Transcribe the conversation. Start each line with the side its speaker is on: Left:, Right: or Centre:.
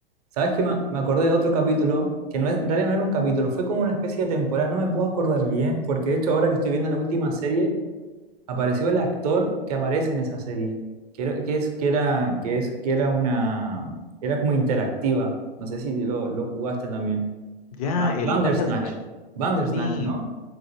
Right: ¿Sabes qué? Me, me acordé de otro capítulo, que no es- en realidad no era un capítulo, fue como una especie de temporada, no me puedo acordar bien, porque de hecho ahora que estoy viendo la última serie, apareció el actor que aparece en esa serie, que era, que es, que era, que es, que era una, era como interactiva, no sé si lo, lo jugaste también.
Left: Ya,
Right: Ba-
Left: el
Right: Bandersnatch,
Left: Bandersnatch,
Right: Bandersnatch,
Left: sí.
Right: ¿no?